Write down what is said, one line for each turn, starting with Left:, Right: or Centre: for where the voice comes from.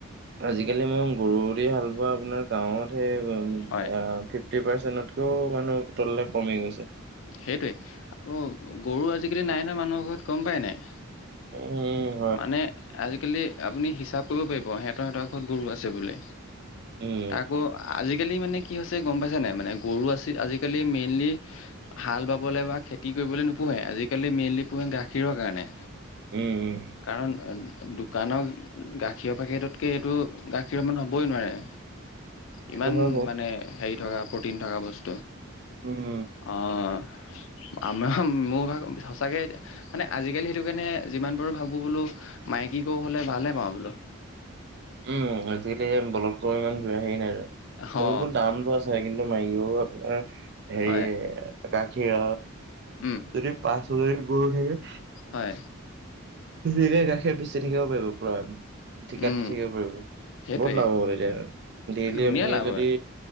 Right: আজিকালি মোৰ গৰু দি হাল বোৱা আপোনাৰ গাঁৱত সেই উমঁ'
Left: হয়
Right: ফিফটি পাৰ্চেন্টতকেও মানুহ তললৈ কমি গৈছে।
Left: সেইটোৱে, উমঁ' গৰু আজিকালি নাই নহয় মানুহৰ ঘৰত, গম পাই নে?
Right: উমঁ।
Left: মানে আজিকালি আপুনি হিচাপ কৰিব পাৰিব সিহঁতৰ সিহঁতৰ ঘৰত গৰু আছে বুলি।
Right: উম
Left: তাকো আজিকালি মানে কি হৈছে গম পাইছা নাই মানে গৰু আছিল, আজিকালি মেইনলি হাল বাবলৈ বা খেতি কৰিবলৈ নুপুহে, আজিকালি মেইনলি পুহে গাখীৰৰ কাৰণে।
Right: উমঁ' উমঁ'।
Left: কাৰণ দোকানৰ গাখীৰ পেকেটতকৈ এইটো গাখীৰ সমান হ'বই নোৱাৰে।
Right: <unintelligible> সেইটো
Left: ইমান
Right: হয় বাৰু
Left: মানে হেৰি থকা প্ৰটিন থকা বস্তু।
Right: উম
Left: অঁ। আমাৰ, মোৰ ভাগ, সঁচাকে এতিয়া মানে আজিকালি সেইটো কাৰণে যিমান পাৰো ভাবো বোলো মাইকী গৰু হ'লে ভালে পাওঁ বোলো।
Right: উমঁ' আজিকালি বলধ গৰু ইমানে হেৰি নাই আৰু
Left: অ
Right: সলোতো দামটো আছে কিন্তু মাইকী গৰু আপোনাৰ হেৰি
Left: হয়
Right: গাখীৰ
Left: উম
Right: যদি পাঁচ ছ‌য়জনী গৰু থাকে
Left: হয়।
Right: ধুনীয়াকে গাখীৰ বেছি থাকিব পাৰিব পুৰা ঠিকাত।
Left: উম
Right: পাৰিব। বহুত
Left: সেইটোৱে
Right: লাভ হ'ব তেতিয়া ডেইলি
Left: ধুনীয়া
Right: আপুনি
Left: লাভ
Right: যদি
Left: হয়